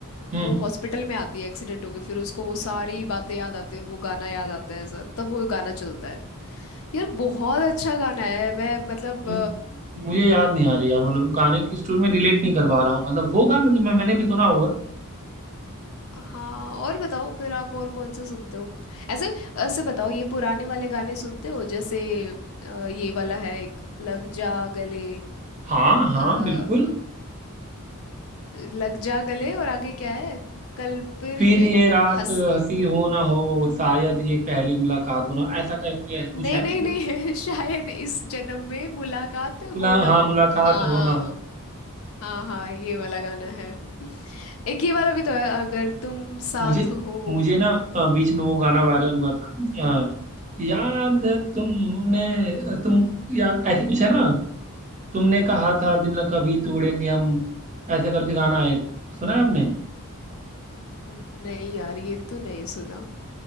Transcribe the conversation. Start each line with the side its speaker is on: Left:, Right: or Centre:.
Right: हम्म
Left: वो हॉस्पिटल में आती है एक्सीडेंट होके फिर उसको वो सारी बातें याद आती है और वो गाना याद आता है ऐसा तब वो गाना चलता है यार बहुत अच्छा गाना है मैं मतलब
Right: म- मुझे याद नहीं आ रही यार मतलब गाने की स्टोरी में रिलेट नहीं कर पा रहा हूँ मतलब होगा मतलब मैं, मैंने भी सुना होगा
Left: हाँ और बताओ फिर आप और कौन से सुनते हो ऐसे ऐसे बताओ ये पुराने वाले गाने सुनते हो जैसे अ, ये वाला है एक लग जा गले
Right: हाँ हाँ
Left: अ,
Right: बिल्कुल
Left: लग जा गले और आगे क्या है कल फिर
Right: फिर
Left: ये
Right: ये रात
Left: हंस
Right: हंसी हो ना हो शायद ये पहली मुलाकात हो ना हो, ऐसा करके कुछ
Left: नहीं
Right: है
Left: नहीं नहीं <laughs> शायद इस जन्म में मुलाकात
Right: मुला,
Left: हो ना
Right: हाँ
Left: हो
Right: मुलाकात
Left: हाँ
Right: हो ना हो
Left: हाँ हाँ ये वाला गाना है एक ये वाला भी तो है अगर तुम साथ
Right: मुझे
Left: हो
Right: मुझे ना अ, बीच में वो गाना वायरल हुआ था अ, याद है तुमने तुम या ऐसे कुछ है ना तुमने कहा था दिल न कभी तोड़ेंगे हम ऐसे करके गाना है सुना है आपने
Left: नहीं यार ये तो नहीं सुना